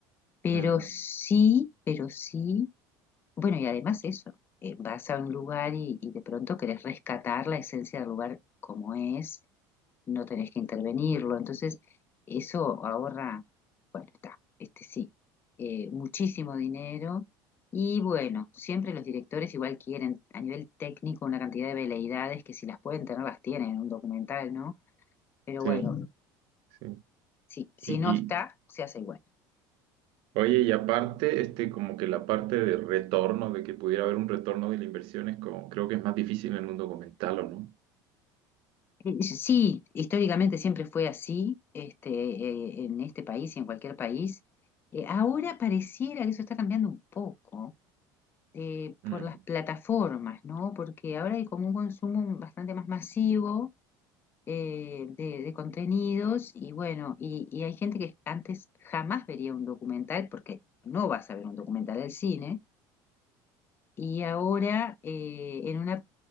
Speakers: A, on the left; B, on the right.
A: pero
B: Mm,
A: sí, pero sí, bueno, y además eso, eh, vas a un lugar y, y de pronto querés rescatar la esencia del lugar como es, no tenés que intervenirlo, entonces eso ahorra, bueno, está, este sí, eh, muchísimo dinero. Y bueno, siempre los directores igual quieren a nivel técnico una cantidad de veleidades que si las pueden tener las tienen en un documental, ¿no? Pero
B: sí,
A: bueno,
B: sí.
A: Sí, si
B: Y,
A: no está, se hace igual.
B: Oye, y aparte, este, como que la parte de retorno, de que pudiera haber un retorno de la inversión, es como, creo que es más difícil en un documental, ¿o no?
A: Eh, eh, Sí, históricamente siempre fue así, este, eh, en este país y en cualquier país. Eh, ahora pareciera que eso está cambiando un poco eh, por
B: Mm,
A: las plataformas, ¿no? Porque ahora hay como un consumo bastante más masivo eh, de, de contenidos y bueno, y, y hay gente que antes jamás vería un documental porque no vas a ver un documental del cine y ahora eh, en una